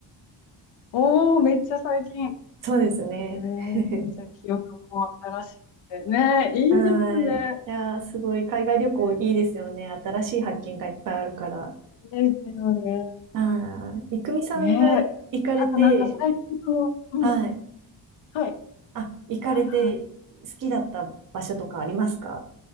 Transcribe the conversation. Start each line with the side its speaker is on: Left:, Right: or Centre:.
Left: おー、めっちゃ最近。
Right: そうですね。
Left: ええ、
Right: <laughs>
Left: じゃあ記憶も新しくて。ねえ、いいですね。
Right: はい。いやー、すごい海外旅行いいですよね。
Left: ええ、
Right: 新しい発見がいっぱいあるから。
Left: いいですよね。
Right: はい。いくみさんが行かれて、
Left: ねえ、ただなんか最近その、うん、
Right: はい。
Left: はい、
Right: あ、行かれて好きだった場所とかありますか
Left: はい、はい。